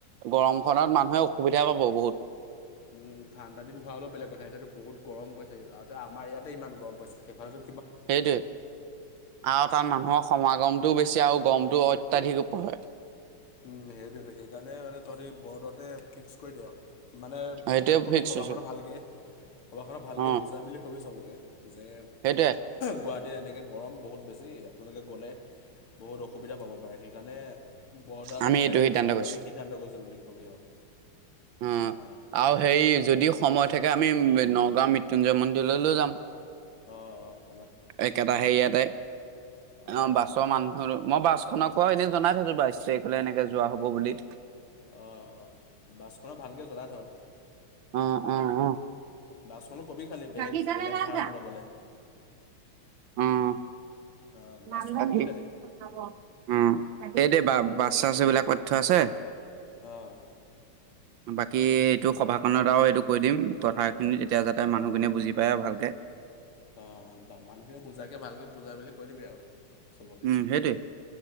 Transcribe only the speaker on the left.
উম ঠাণ্ডা দিন হোৱা হ'লে বেলেগ কথা এতিয়াতো বহুত গৰম পৰিছে এতিয়া আমাৰ ইয়াতে ইমান গৰম পাইছে সেইফালেটো
উম সেইটোয়েতো, সেইকাৰণে মানে তহঁতি বৰদোৱাতে ফিক্স কৰি দে আও। মানে
সেৰিয়ত কবি
সভাখনত
ভালকে সভাখনৰ ভালকে
বুজাই পেলি কবি চবকে। যে
গুৱা এহ এনেকে গৰম বহুত বেছি আপোনালোকে গ'লে বহুত অসুবিধা পাব পাৰে সেইকাৰণে বৰদোৱালৈকে
যোৱাটো
আমি সিদ্ধান্ত কৰিছো বুলি কবি আৰু
অঁ অঁ
অ', অ'।
অঁ
অঁ
অঁ অঁ বাছখনত ভালকে জনাই থ।
বাছখনো কবি খালি বেলেগ
বেলেগ
ভাড়া
নল'বলৈ
অঁ
বাছখনত কবি খালি
অঁ
ঠিকে আছে
তেতিয়া
অ', মানুহখিনি বুজাকে ভালকে বুজাই মেলি কৈ দিবি আৰু। চবকে,